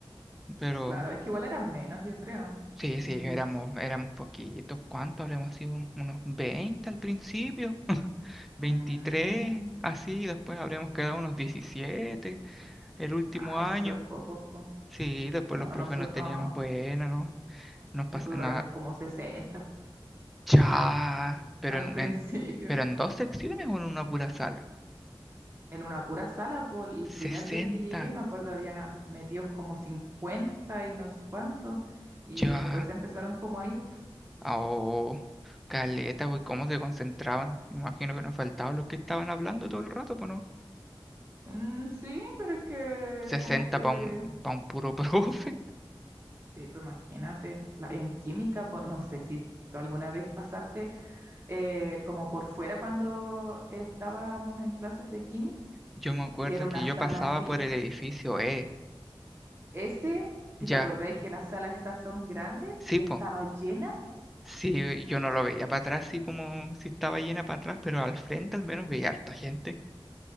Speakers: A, in the centre; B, on the right.
A: Pero
B: claro, es que igual eran menos, yo creo,
A: sí,
B: en
A: sí,
B: inglés.
A: éramos, éramos poquitos. ¿Cuántos habremos sido? Unos 20 al principio, <laughs> veintitrés
B: Mm,
A: así, después habremos quedado unos 17 el último
B: ay,
A: año.
B: súper pocos, po.
A: Sí, después
B: No,
A: los profes
B: nosotros,
A: nos tenían buena, ¿no? Nos pasaban,
B: nosotros
A: no,
B: éramos como 60
A: ya, pero
B: al
A: en,
B: principio.
A: en- pero en dos secciones o en una pura sala.
B: En una pura sala, por el primer
A: sesenta
B: día que llegué, me acuerdo, habían metidos como 50 y no sé cuánto, y
A: Ya,
B: después se empezaron como a ir.
A: oh, caleta, güey, cómo se concentraban. Me imagino que nos faltaban los que estaban hablando todo el rato, pues no.
B: "Mm, sí, pero es que
A: sesenta
B: como que,
A: para un, pa un puro <laughs> profe.
B: sí, pues imagínate, la, en química, pues no sé si tú alguna vez pasaste eh, como por fuera cuando estábamos en clases de química,
A: Yo me acuerdo
B: y era una
A: que yo
B: sala
A: pasaba
B: así,
A: por el edificio E.
B: S,
A: Ya,
B: y te acordáis que las salas esas son grandes
A: sí,
B: y
A: po.
B: estaba llena
A: Sí, yo no lo veía para atrás, sí, como si estaba llena para atrás, pero al frente al menos veía harta gente.